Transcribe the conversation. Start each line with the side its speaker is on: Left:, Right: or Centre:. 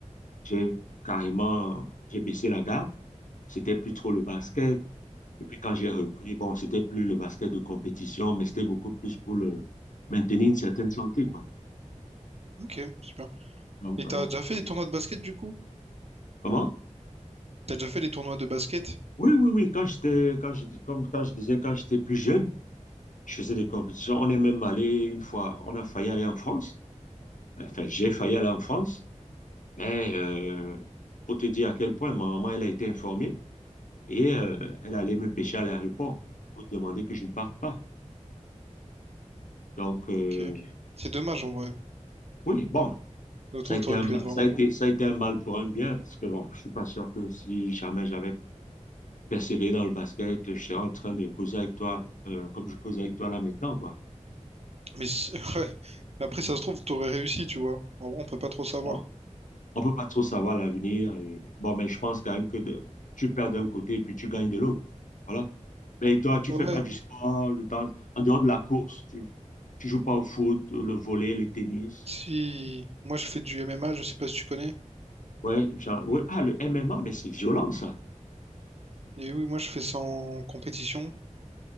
Left: j'ai carrément, j'ai baissé la garde. C'était plus trop le basket. Et puis quand j'ai repris, bon, c'était plus le basket de compétition, mais c'était beaucoup plus pour le maintenir une certaine santé, quoi.
Right: Ok, super.
Left: Donc
Right: Et
Left: voilà.
Right: t'as déjà fait des tournois de basket, du coup?
Left: Comment?
Right: T'as déjà fait les tournois de basket?
Left: Oui, oui, oui. Quand j'étais, quand je, comme, quand je disais, quand j'étais plus jeune, je faisais des compétitions. On est même allé une fois, on a failli aller en France. Enfin, j'ai failli aller en France, mais euh, pour te dire à quel point ma maman, elle a été informée et euh, elle allait me pêcher à l'aéroport pour demander que je ne parte pas. Donc, euh,
Right: Ok. C'est dommage en vrai.
Left: oui, bon,
Right: Je trouve
Left: ça a été
Right: t'aurais
Left: un,
Right: pu
Left: ma-
Right: être vraiment
Left: ça a été,
Right: bon.
Left: ça a été un mal pour un bien parce que bon, je suis pas sûr que si jamais j'avais persévéré dans le basket, je serais en train de causer avec toi euh, comme je cause avec toi là maintenant, quoi.
Right: Mais c'est- <laughs> ouais. Mais après, ça se trouve, t'aurais réussi, tu vois. En vrai, on peut pas trop savoir.
Left: Bon, on peut pas trop savoir l'avenir. Et... Bon, mais je pense quand même que de- tu perds d'un côté et puis tu gagnes de l'autre. Voilà. Mais toi, tu
Right: Ouais.
Left: fais pas du sport de temps- en dehors de la course. Tu, tu joues pas au foot, le volley, le tennis.
Right: Si. Moi, je fais du MMA, je sais pas si tu connais.
Left: Ouais, genre, ouais. Ah, le MMA, mais c'est violent, ça.
Right: Et oui, moi, je fais ça en compétition.